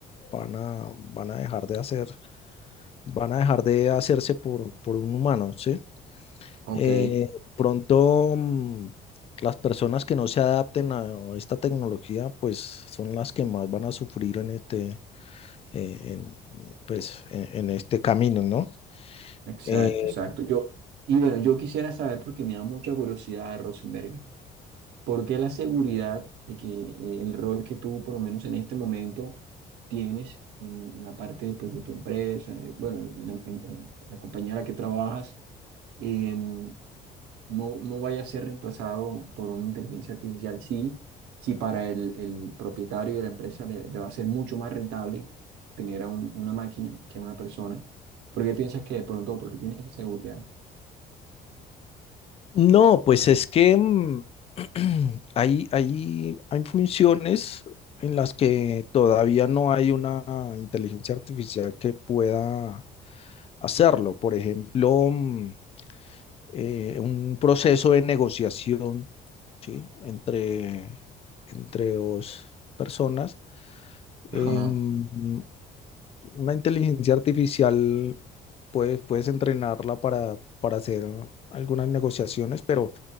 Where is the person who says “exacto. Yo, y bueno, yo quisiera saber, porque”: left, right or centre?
Right